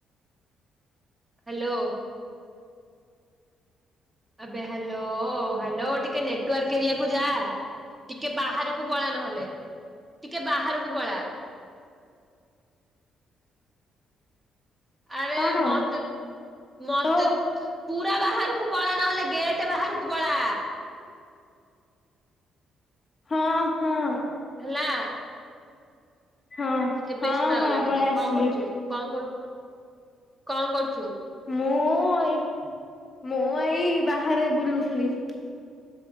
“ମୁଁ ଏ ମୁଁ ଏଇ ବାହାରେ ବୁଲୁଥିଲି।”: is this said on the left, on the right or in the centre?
Left